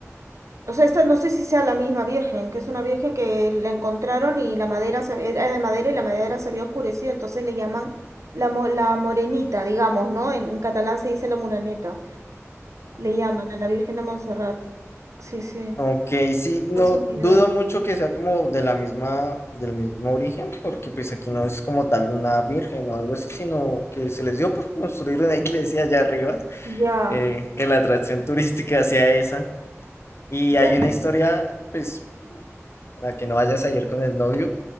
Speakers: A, on the right (about 75°); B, on the left (about 55°).
A: O sea, esta no sé si sea la misma Virgen, que es una Virgen que la encontraron y la madera se, era de madera y la madera se había oscurecido, entonces le llaman la, mo- la morenita, digamos, ¿no? En, en catalán se dice la muraneta. Le llaman a la Virgen de Montserrat. Sí, sí.
B: Ok, sí, no
A: Casualidad.
B: dudo mucho que sea como de la misma, del mismo origen, porque pues aquí no es como tal una virgen o algo así, sino que se les dio por construir una <laughs> iglesia allá arriba,
A: Ya.
B: eh, que la atracción turística sea esa. Y
A: <laughs>
B: hay una historia, pues, para que no vayas a ir con el novio,